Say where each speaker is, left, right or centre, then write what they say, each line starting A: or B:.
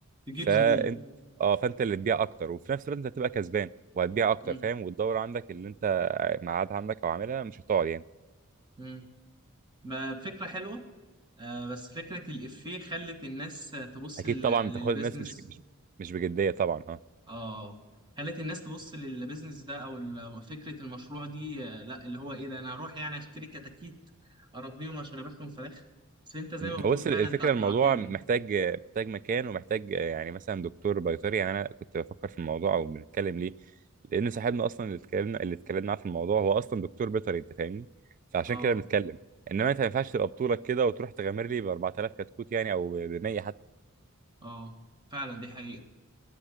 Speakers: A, on the right (about 20°); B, on the right (about 35°).
A: تجيب
B: فانت
A: زبون
B: اه فانت اللي تبيع اكتر وفي نفس الوقت انت هتبقى كسبان وهتبيع اكتر
A: مم.
B: فاهم والدوره عندك اللي انت معاد عندك او عاملها مش هتقعد يعني
A: مم. ما فكرة حلوة آه بس فكرة الإفيه خلت الناس تبص
B: اكيد
A: لل-
B: طبعا بتاخد
A: للبيزنس
B: الناس مش مش مش بجديه طبعا
A: اه خلت الناس تبص للبيزنس ده او ال- فكرة المشروع دي آه لا اللي هو ايه ده انا هروح يعني اشتري كتاكيت اربيهم عشان ابيعهم فراخ بس انت زي
B: مم.
A: ما بتقول
B: هو بس
A: فعلا
B: الفكرة
A: انت اقنعتني
B: الموضوع محتاج محتاج مكان ومحتاج يعني مثلا دكتور بيطري يعني أنا كنت بفكر في الموضوع أو بنتكلم ليه لأن صاحبنا أصلا اللي اتكلمنا اللي اتكلمنا معاه في الموضوع هو أصلا دكتور بيطري أنت فاهمني فعشان
A: اه
B: كده بنتكلم إنما أنت ما ينفعش تبقى بطولك كده وتروح تغامر لي ب 4000 كتكوت يعني أو ب 100 حتى
A: اه فعلا دي حقيقة